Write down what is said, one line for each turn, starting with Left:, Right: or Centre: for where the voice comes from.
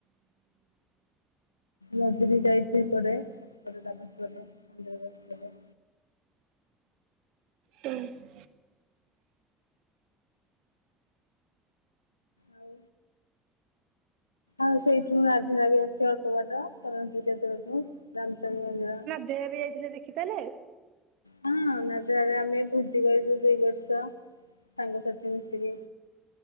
Left: ନଦୀ ବି ଯାଇଛି ସେଇପଟେ ପଛପଟେ <unintelligible> ମନ୍ଦିର ପଛପଟେ।
Right: ହଁ।
Left: ଆଉ ଆଉ ସେଇଠୁ <unintelligible> ବି ଅଛି ଅଳ୍ପ ବାଟ, ଶରଣ ଶ୍ରୀକ୍ଷେତ୍ରଠୁ ରାମଚଣ୍ଡୀ ମନ୍ଦିର।
Right: ସେଇଆ ବି ଯାଇଥିଲେ ଦେଖିଥିଲେ।
Left: ହଁ <unintelligible> ଆମେ ଭୋଜି କରିଛୁ ଦୁଇ ବର୍ଷ ସାଙ୍ଗସାଥି ମିଶିକି।